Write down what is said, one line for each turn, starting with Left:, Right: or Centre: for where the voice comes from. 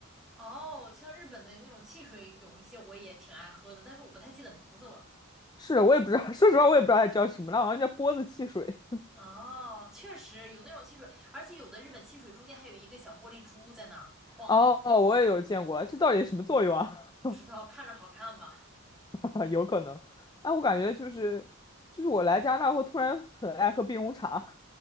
Centre: 哦，像日本的那种汽水有一些我也挺爱喝的，但是我不太记得名字了。
Left: 是，我也不知道，<laughs> 说实话，我也不知道它叫什么，那好像叫波子汽水。
Centre: 哦，确实有那种汽水，而且有的日本汽水中间还有一个小玻璃珠在那儿晃，
Left: 哦，我也有见过，这到底什么作用啊？
Centre: 不知道看着好看吧？
Left: <laughs> 啊，有可能。哎，我感觉就是，就是我来加拿大后突然很爱喝冰红茶。